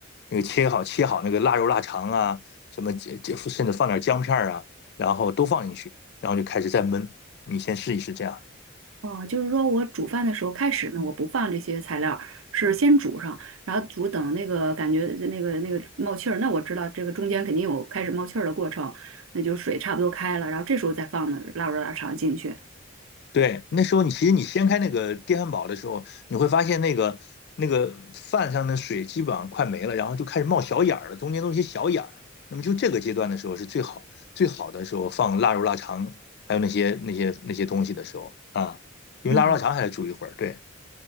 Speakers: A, on the left; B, on the right.
A: 那个切好切好那个腊肉腊肠啊，什么这这甚至放点姜片儿啊。然后都放进去，然后就开始再焖。你先试一试这样。
B: 哦，就是说我煮饭的时候开始呢，我不放这些材料儿是先煮上，然后煮等那个感觉那个那个冒气儿，那我知道这个中间肯定有开始冒气儿的过程，那就是水差不多开了，然后这时候再放呢腊肉腊肠进去。
A: 对，那时候你其实你掀开那个电饭煲的时候，你会发现那个那个饭上的水基本上快没了，然后就开始冒小眼儿了，中间都是一些小眼儿。那么就这个阶段的时候是最好最好的时候放腊肉、腊肠，还有那些那些那些东西的时候啊，因为腊肉、
B: 嗯，
A: 腊肠还得煮一会儿。对，